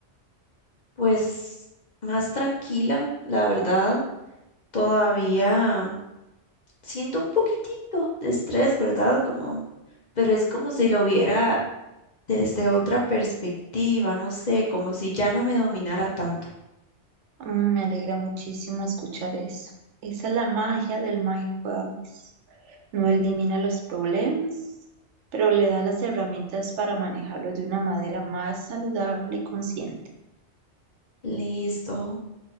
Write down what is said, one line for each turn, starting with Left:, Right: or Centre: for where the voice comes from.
Left: Pues más tranquila, la verdad. Todavía siento un poquitito de estrés, ¿verdad? Como, pero es como si lo viera desde otra perspectiva, no sé, como si ya no me dominara tanto.
Right: Mm, Me alegra muchísimo escuchar eso. Esa es la magia del mindfulness. No elimina los problemas, pero le da las herramientas para manejarlos de una manera más saludable y consciente.
Left: Listo.